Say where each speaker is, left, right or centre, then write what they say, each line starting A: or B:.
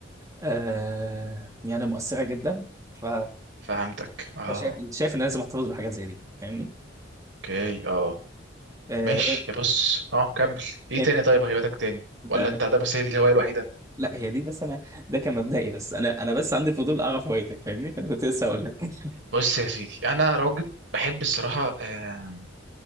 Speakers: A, on the right (about 15°); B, on the right (about 70°).
A: آه يعني مؤثرة جدا ف-
B: فهمتك اه
A: فشايف شايف ان أنا لازم احتفظ بحاجات زي دي فاهمني
B: اوكي اه
A: آه
B: ماشي يا بص اه كمل ايه
A: انت
B: تاني طيب هوايتك تاني
A: لا,
B: ولا انت ده بس هي دي الهوايه الوحيده
A: لا هي دي بس انا ده كان مبدئي بس انا انا بس عندي فضول اعرف هوايتك فاهمني فانا كنت لسه هقول لك
B: بص يا سيدي انا راجل بحب الصراحه آه،